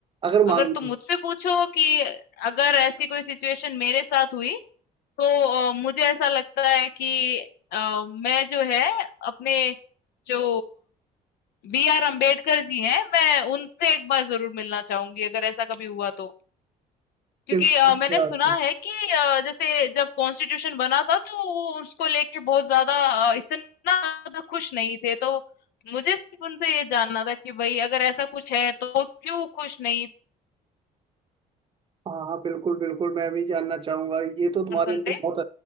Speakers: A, on the right (about 30°); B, on the left (about 80°).
A: अगर
B: अगर
A: मान
B: तुम
A: लो
B: मुझसे पूछो कि अगर ऐसी कोई सिचुएशन मेरे साथ हुई तो अ, मुझे ऐसा लगता है कि अ, मैं जो है अपने जो बी आर अम्बेडकर जी हैं मैं उनसे एक बार जरूर मिलना चाहूंगी अगर ऐसा कभी हुआ तो क्योंकि
A: कि इंसान
B: अ, मैंने
A: क्या
B: सुना
A: था
B: है कि अ, जैसे जब कॉन्स्टिट्यूशन बना था तो वो उसको लेके बहुत ज्यादा अ, इतना ज्यादा खुश नहीं थे तो मुझे सिर्फ उनसे ये जानना था कि भाई अगर ऐसा कुछ है तो वो क्यों खुश नहीं
A: हाँ हाँ बिल्कुल बिल्कुल मैं भी जानना चाहूंगा ये तो तुम्हारे
B: पर्सन
A: अंदर
B: थे
A: बहुत